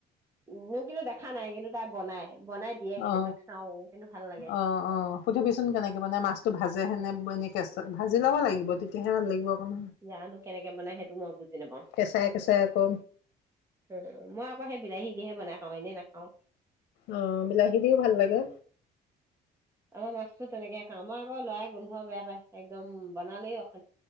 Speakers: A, on the right; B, on the left.
A: মোৰ কিন্তু দেখা নাই কিন্তু তাই বনাই বনাই দিয়ে কেতিয়াবা
B: অ অ
A: খাও কিন্তু ভাল লাগে
B: অ অ সুধিবিচোন কেনেকে মানে মাছতটো ভাজে হেনে এনে কে ভাজি লব লাগিব তেতিয়াহে ন লাগিব অকণ
A: জানো কেনেকে বনাই সেইটো মই বুজি নাপাও
B: কেঁচাই কেঁচাই আকৌ
A: উম মই আকৌ সেই বিলাহী এনেহে বনাই খাওঁ এনেই নাখাওঁ
B: অ বিলাহী দিও ভাল লাগে
A: অ মাছটো তেনেকে খাও আ লৰাই গোন্ধ বেয়া পায় একদম বনালেই অখা